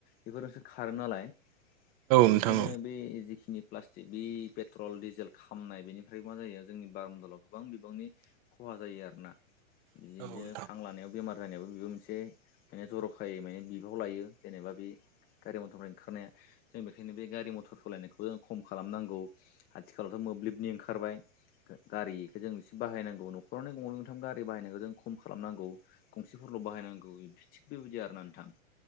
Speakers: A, on the left; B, on the right.
A: बेफोरजोंसो खारो नालाय बेनिखायनो
B: नोंथां
A: बे जिखिनि प्लास्टिक बे पेट्रल डिजेल खामनाय बेनिफ्राय मा जायो जोंनि बारमडलाव गोबां बिबांनि खहा जायो आरोना बिदिनो
B: औ नोंथां
A: हां लानायाव बेमार जानायावबो बेबो मोनसे माने जर'खायै माने बिबाव लायो जेनेबा बे गारि मथरफ्राय ओंखारनाया। जों बेखायनो बे गारि मथर सलायनायखौ जों खम खालामनांगौ। आथिखालावथ' मोब्लिबनि ओंखारबाय। गारि इखो जों एसे बाहायनांगौ न'खरावनो गंनै गंथाम गारि बाहायनायखौ जों खम खालामनांगौ। गंसेफोरल' बाहायनांगौ थिग बेबायदि आरोना नोंथां।